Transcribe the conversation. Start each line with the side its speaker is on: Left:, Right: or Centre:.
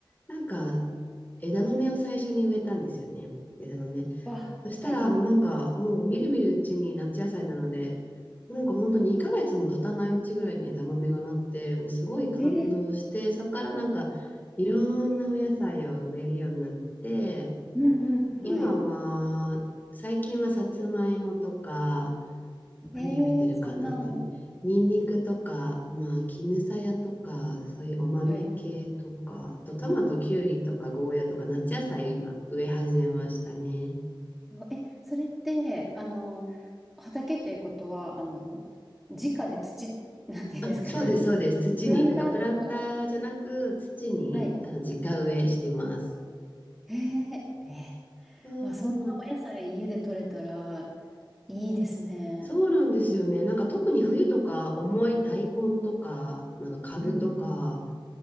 Left: なんか枝豆を最初に植えたんですよね。枝豆。
Centre: わ、
Left: そしたら、
Centre: はい。
Left: もうなんか、もうみるみるうちに夏野菜なので、なんか本当2ヶ月も経たないうちぐらいに枝豆がなって、もうすごい感動して、
Centre: えー、
Left: そこからなんか、いろんなお野菜を植えるようになって、
Centre: うんうん。
Left: 今は、
Centre: はい。
Left: 最近はさつまいもとか、
Centre: えー、
Left: 何植えてるかなあと、
Centre: そんなの。
Left: ニンニクとか、まあ、絹さやとか、そういうお豆系とか、
Centre: はい。
Left: あとトマト、キュウリとか、ゴーヤとか、夏野菜今、植え始めましたね。
Centre: え、それって、あの、畑ということは、あの、直で土、なんていうんですかね。
Left: あ、そうです、そうです。土に、
Centre: プランターとか。
Left: なんかプランターじゃなく、土に、
Centre: はい。
Left: あの、直植えしてます。
Centre: えー、えー、
Left: そう、
Centre: まあ、そんなお野菜家で採れたらいいですね。
Left: そうなんですよね。なんか特に冬とか、重い大根とか、なんか株とか、
Centre: うんうん。